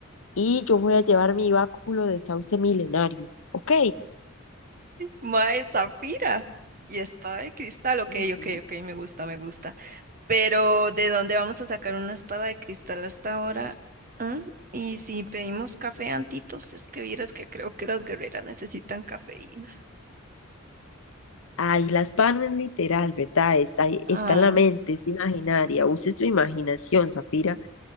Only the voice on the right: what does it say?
Mae, Zafira y espada de cristal. Ok,
ok, ok, me gusta, me gusta. Pero ¿de dónde vamos a sacar una espada de cristal hasta ahora? ¿Ah? Y si pedimos café antitos, es que vieras que creo que las guerreras necesitan cafeína.
Ah,